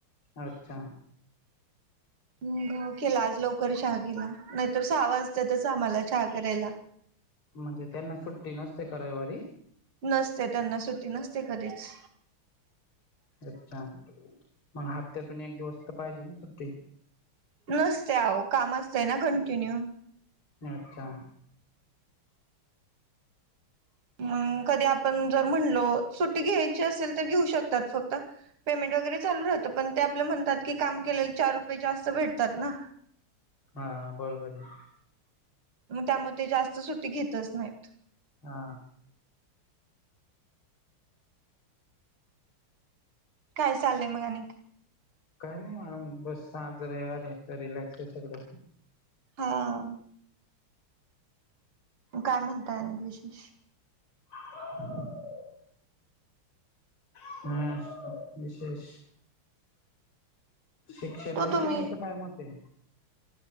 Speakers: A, on the left (about 75°); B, on the right (about 80°).
A: अच्छा
B: मग केला आज लवकर चहा गेला नाहीतर सहा वाजततच आम्हाला चहा करायला
A: म्हणजे त्यांना सुट्टी नसते का रविवारी
B: नसते त्यांना सुट्टी नसते कधीच
A: अच्छा मग हप्त्यातून एक दिवस तर पाहिजे ना सुट्टी
B: नसते अहो काम असतंय ना कंटिन्यू
A: अच्छा
B: मग कधी आपण जर म्हणलो सुट्टी घ्यायची असेल तर घेऊ शकतात फक्त पेमेंट वगैरे चालू राहं पण ते आपलं म्हणतात की काम केलेलं चार रुपये जास्त भेटतात ना
A: हाा बरोबर आहे
B: मग त्यामुळं ते जास्त सुट्टी घेतच नाहीत
A: हा
B: काय चालय मग अ आणि
A: काही नाही म्हणून बस आज रविवार रिलॅक्स आहे सगळं
B: हा काय म्हणताय आणि विशेष
A: <inaudible> हम् विशेष शिक्षणाविषयी
B: तो तुम्ही
A: तुमचं काय मत आहे